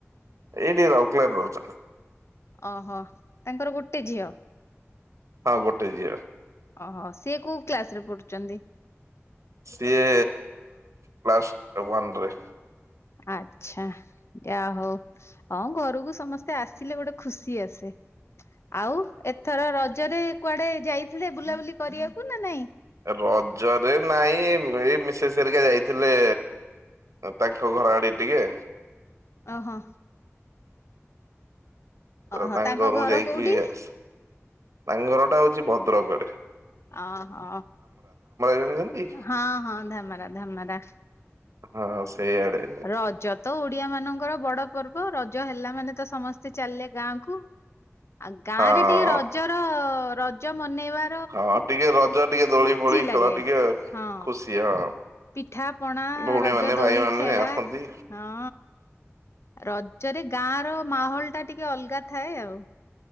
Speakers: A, on the right; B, on the left.
A: ଏଇଠି ଏଇ ରାଉକେଲାରେ ରୋହୁଚନ୍ତି।
B: ଓହୋ ତାଙ୍କର ଗୋଟେ ଝିଅ।
A: ହଁ ଗୋଟେ ଝିଅ।
B: ଓହୋ ସିଏ କୋଉ କ୍ଲାସରେ ପଢୁଚନ୍ତି?
A: ସିଏ କ୍ଲାସ ୱାନରେ।
B: ଆଛା ଯାହୋଉ। ହଁ ଘରକୁ ସମସ୍ତେ ଆସିଲେ ଗୋଟେ ଖୁସି ଆସେ। ଆଉ ଏଥର ରଜରେ କୁଆଡେ ଯାଇଥିଲେ ବୁଲାବୁଲି କରିବାକୁ ନା ନାଇଁ?
A: ରଜରେ ନାଇଁ ଏଇ ଏଇ ମିଶେସ୍ ହେରିକା ଯାଇଥିଲେ ତାଙ୍କ ଘର ଆଡ଼େ ଟିକେ
B: ଓହୋ।
A: ଅ
B: ଓହୋ
A: ତାଙ୍କ ଘରୁକୁ
B: ଘର
A: ଯାଇକି
B: କୋଉଠି?
A: ଆସି ତାଙ୍କ ଘର ଟା ହୋଉଚି ଭଦ୍ରକରେ।
B: ଓହୋ
A: ଜାଣିଛନ୍ତି
B: ହଁ ହଁ ଧାମେରା ଧାମେରା।
A: ହଁ ସେଇଆଡେ।
B: ରଜ ତ ଓଡିଆ ମାନଙ୍କର ବଡ ପର୍ବ ରଜ ହେଲା ମାନେ ତ ସମସ୍ତେ ଚାଲିଲେ ଗାଁକୁ। ଆଉ ଗାଁରେ
A: ହଁ
B: ଟିକେ ରଜର ରଜ ମନେଇବା
A: ହଁ ଟିକେ ରଜ ଟିକେ ଦୋଳି ଫୋଳି
B: ଲାଗେ।
A: ଖେଳ ଟିକେ
B: ହଁ
A: ଖୁସି ହଁ।
B: ପିଠା ପଣା
A: ଭଉଣୀ
B: ରଜ
A: ମାନେ
B: ଦୋଳି
A: ଭାଇ ମାନେ
B: ଖେଳା
A: ଆସନ୍ତି
B: ହଁ ରଜରେ ଗାଁର ମାହୋଲ ଟା ଟିକେ ଅଲଗା ଥାଏ ଆଉ।